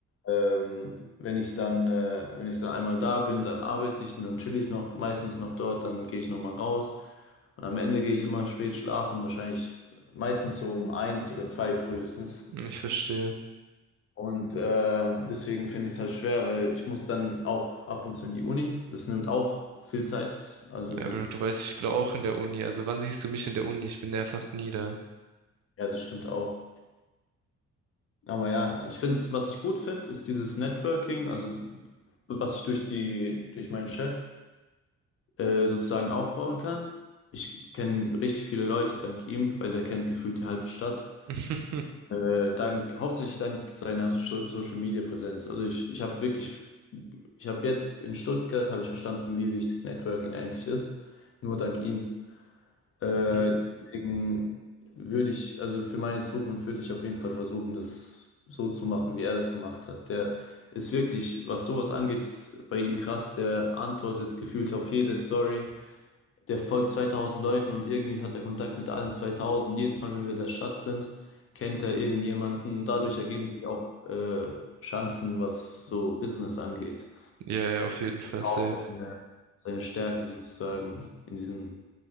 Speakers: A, on the left (about 45°); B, on the right (about 65°).
A: Ähm, wenn ich dann, äh, wenn ich dann einmal da bin, dann arbeite ich und dann chill ich noch, meistens noch dort, dann gehe ich nochmal raus. Und am Ende gehe ich immer spät schlafen, wahrscheinlich meistens so um eins oder zwei frühestens.
B: mhm. Ich verstehe.
A: Und äh, deswegen finde ich es halt schwer, weil ich muss dann auch ab und zu in die Uni. Das nimmt auch viel Zeit. Also
B: Ja, aber
A: das,
B: du weißt, ich bin auch in der Uni. Also wann siehst du mich in der Uni? Ich bin ja fast nie da.
A: ja, das stimmt auch. Aber ja, ich finde, was ich gut finde, ist dieses Networking, also was ich durch die, durch meinen Chef äh, sozusagen aufbauen kann. Ich kenne richtig viele Leute dank ihm, weil der kennt gefühlt die halbe Stadt.
B: <laughs>
A: Äh, dank, hauptsächlich dank seiner so Social Media Präsenz. Also ich, ich habe wirklich, ich habe jetzt in Stuttgart habe ich verstanden, wie wichtig Networking eigentlich ist. Nur dank ihm. Äh,
B: Mhm.
A: deswegen würde ich, also für meine Zukunft würde ich auf jeden Fall versuchen, das so zu machen, wie er das gemacht hat. Der ist wirklich, was sowas angeht, ist bei ihm krass. Der antwortet gefühlt auf jede Story. Der folgt 2000 Leuten und irgendwie hat er Kontakt mit allen 2000. Jedes Mal, wenn wir in der Stadt sind, kennt er irgendjemanden. Dadurch ergeben sich auch äh, Chancen, was so Business angeht.
B: Ja, ja, auf jeden Fall
A: Auch
B: safe.
A: seine, seine Stärke sozusagen in diesem